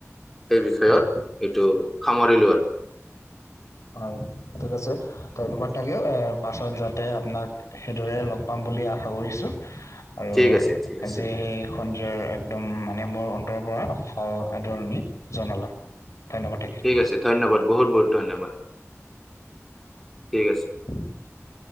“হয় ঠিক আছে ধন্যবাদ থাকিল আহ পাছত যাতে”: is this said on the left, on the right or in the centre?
Left